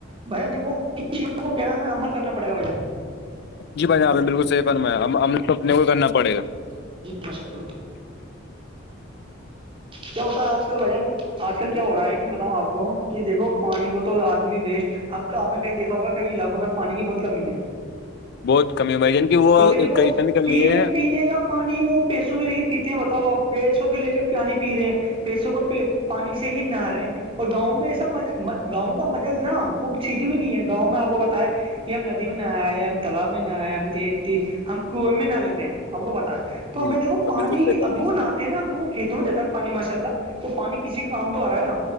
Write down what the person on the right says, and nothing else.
بھجن دیکھو ان چیزوں کو کیا ہمیں عمل کرنا پڑے گا بھجن
ماشاءاللہ کیا ہوتا ہے آج کل بھجن آج کل کیا ہو رہا ہے کہ بتاؤں آپ کو کہ دیکھو پانی کو تو آدمی ویسٹ اب آپ نے کہیں دھا ہوگا کئی علاقوں میں پانی کی بہت کمی ہے
کیونکہ دیکھو
پینے
پینے کا پانی م پیسوں کے لے کے پیتے ہیں بتاؤ آپ پیسوں کے لے کے پیانی پی رہے ہیں پیسوں کو پانی سے ہی نہارے اور گاؤں میں ایسا م گاؤں کا مجہ نا وہ چھیٹی بھی نہیں ہے گاؤں میں آپ کو بتائے کہ ہم ندی میں نہ آئے ہم تالاب میں نہ آ ہم تیز ت ہم کنیں میں نہ لیتے ہیں آپ کو پت ہے تو
ہمیں دیکھو پانی
اد وہ نہتے ہیں نا تو وہ کھیتوں میں جاتا پانی ماشاء اللہ وہ پانی کسی کا کام تو آ رہا ہے نا